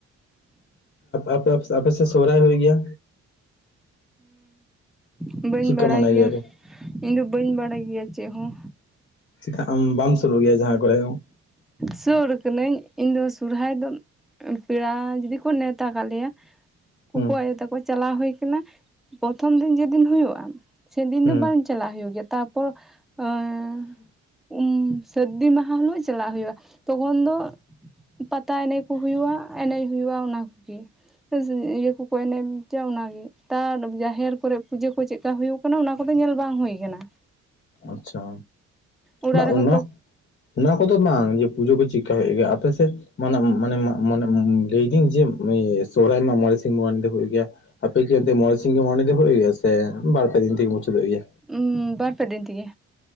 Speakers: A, on the left (about 40°); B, in the centre.
A: ᱟᱯᱮ ᱟᱯᱮ ᱥᱮᱫ ᱥᱚᱦᱨᱟᱭ ᱦᱩᱭ ᱜᱮᱭᱟ
B: ᱦᱩᱸ ᱵᱟᱹᱧ
A: ᱪᱮᱫᱠᱟ
B: ᱵᱟᱲᱟᱭ
A: ᱢᱟᱱᱟᱭ
B: ᱜᱮᱭᱟ
A: ᱯᱮ
B: ᱤᱧ ᱫᱚ ᱵᱟᱹᱧ ᱵᱟᱲᱟᱭ ᱜᱮᱭᱟ ᱪᱮᱫ ᱦᱚᱸ
A: ᱪᱤᱫᱟᱜ ᱟᱢ ᱵᱟᱢ ᱥᱩᱨᱩᱜ ᱜᱮᱭᱟ ᱡᱟᱦᱟᱸ ᱠᱚᱨᱮ ᱦᱚᱸ
B: ᱥᱩᱨ ᱠᱟᱹᱱᱟᱹᱧ ᱤᱧᱫᱚ ᱥᱚᱦᱨᱟᱭ ᱫᱚ ᱯᱮᱲᱟ ᱡᱩᱫᱤ ᱠᱚ ᱱᱮᱶᱛᱟ ᱟᱠᱟᱫ ᱞᱮᱭᱟ
A: ᱦᱩᱸ
B: ᱩᱱᱠᱩ ᱟᱭᱳ ᱛᱟᱠᱚ ᱪᱟᱞᱟᱣ ᱦᱩᱭ ᱠᱟᱱᱟ ᱯᱨᱚᱛᱷᱚᱢ ᱫᱤᱱ ᱡᱮᱫᱤᱱ ᱦᱩᱭᱩᱜᱼᱟ ᱥᱮᱸ ᱫᱤᱱ
A: ᱦᱩᱸ
B: ᱫᱚ ᱵᱟᱝ ᱪᱟᱞᱟᱜ ᱦᱩᱭᱩᱜ ᱜᱮᱭᱟ ᱛᱟᱯᱚᱨ ᱮᱸ ᱩᱸ ᱥᱟᱹᱨᱫᱤ ᱢᱟᱦᱟ ᱦᱤᱞᱟᱹᱜ ᱪᱟᱞᱟᱜ ᱦᱩᱭᱩᱜᱼᱟ ᱛᱚᱠᱷᱚᱱ ᱫᱚ ᱯᱟᱛᱟ ᱮᱱᱮᱡ ᱠᱚ ᱦᱩᱭᱩᱜᱼᱟ ᱮᱱᱮᱡ ᱦᱩᱭᱩᱜᱼᱟ ᱚᱱᱟ ᱠᱚᱜᱮ ᱤᱭᱟᱹ ᱠᱚᱠᱚ ᱮᱱᱮᱡᱟ ᱚᱱᱟ ᱜᱮ ᱛᱟᱰ ᱡᱟᱦᱮᱨ ᱠᱚᱨᱮᱜ ᱯᱩᱡᱟᱹ ᱠᱚ ᱪᱮᱫᱠᱟ ᱦᱩᱭᱩᱜ ᱠᱟᱱᱟ ᱚᱱᱟ ᱠᱚᱫᱚ ᱧᱮᱞ ᱵᱟᱝ ᱦᱩᱭ ᱠᱟᱱᱟ᱾
A: ᱟᱪᱪᱷᱟ
B: ᱚᱲᱟᱜ
A: ᱵᱟ
B: ᱨᱮᱦᱚᱸ
A: ᱚᱱᱟ
B: ᱛᱚ
A: ᱚᱱᱟ ᱠᱚᱫᱚ ᱵᱟᱝ ᱡᱮ ᱯᱩᱡᱟᱹ ᱠᱚ ᱪᱮᱫᱠᱟ ᱦᱩᱭᱩᱜ ᱜᱮᱭᱟ ᱟᱯᱮ ᱥᱮᱫ ᱢᱟᱱᱮ ᱩᱢ ᱢᱟᱱᱮ ᱢᱟ ᱢᱚᱱᱮ ᱞᱟᱹᱭᱫᱟᱹᱧ ᱡᱮ ᱥᱚᱦᱨᱟᱭ ᱢᱟ ᱢᱚᱬᱮ ᱥᱤᱝ ᱢᱚᱬᱮ ᱧᱤᱫᱟᱹ ᱦᱩᱭᱩᱜ ᱜᱮᱭᱟ᱾ ᱟᱯᱮ ᱠᱤ ᱚᱱᱛᱮ ᱢᱚᱬᱮ ᱥᱤᱧ ᱜᱮ ᱢᱚᱬᱮ ᱧᱤᱫᱟᱹ ᱦᱩᱭᱩᱜ ᱜᱮᱭᱟ ᱥᱮ ᱵᱟᱨ ᱯᱮ ᱫᱤᱱ ᱛᱮᱜᱮ ᱢᱩᱪᱟᱹᱫᱚᱜ ᱜᱮᱭᱟ᱾
B: ᱩᱢ ᱵᱟᱨ ᱯᱮ ᱫᱤᱱ ᱛᱮᱜᱮ᱾